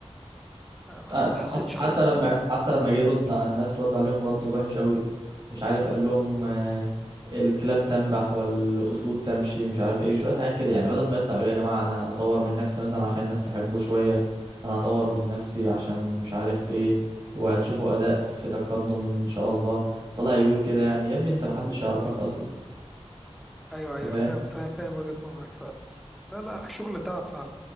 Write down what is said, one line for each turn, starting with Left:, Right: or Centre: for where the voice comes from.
Centre: ما
Right: آه،
Centre: ما حسيتش
Right: حتى حتى
Centre: خالص
Right: لما حتى لما جه يرد على الناس رد عليهم رد وحش قوي مش عارف قال لهم آه، الكلاب تنبح والأسود تمشي مش عارف ايه شوية حاجات كده يعني بدل ما يطلع يقول يا جماعة انا اطور من نفسي مثلا عشان الناس تحبه شوية انا اطور من نفسي عشان مش عارف ايه وهتشوفوا اداء في تقدم ان شاء الله طلع يقول كده يعني يا ابني انت محدش يعرفك اصلا
Centre: ايوه ايوه
Right: انت فاهم
Centre: فاهم فاهم فاهم وجهة نظرك فعلا لا لا شغل تعب فعلا